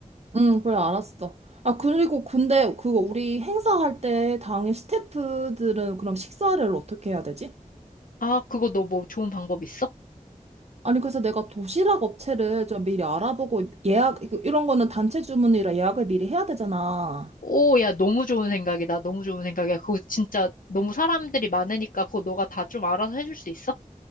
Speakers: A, on the right (about 50°); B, on the left (about 80°).
A: 응, 그래, 알았어. 아, 그리고 근데 그거 우리 행사할 때 당일 스태프들은 그럼 식사를 어떻게 해야 되지?
B: 아, 그거 너 뭐 좋은 방법 있어?
A: 아니, 그래서 내가 도시락 업체를 좀 미리 알아보고 예약, 이거- 이런 거는 단체 주문이라 예약을 미리 해야 되잖아.
B: 오, 야, 너무 좋은 생각이다. 너무 좋은 생각이야. 그거 진짜 너무 사람들이 많으니까, 그거 너가 다 좀 알아서 해줄 수 있어?